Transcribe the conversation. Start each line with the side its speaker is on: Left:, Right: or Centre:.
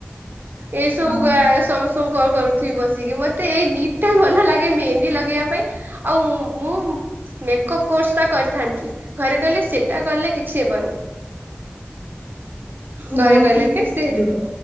Right: ଏଇ ସବୁ
Left: ହଁ
Right: ଗା ସମ ସ୍ତଙ୍କକର କରୁଥିବି ବସିକି ମତେ ଏଇ ଦିଟା ଭଲ ଲାଗେ ମେହେନ୍ଦୀ ଲଗେଇବା ପାଇଁ। ଆଉ ମୁଁ ମୁଁ ମେକଅପ କୋର୍ସ ଟା କରିଥାନ୍ତି। ଘରେ କହିଲେ ସେଟା କଲେ କିଛି ହେବନି। ଘରେ
Left: ବହୁତ
Right: କହିଲେ
Left: କିଛି
Right: କେ
Left: ମିଳିବ।
Right: ସେ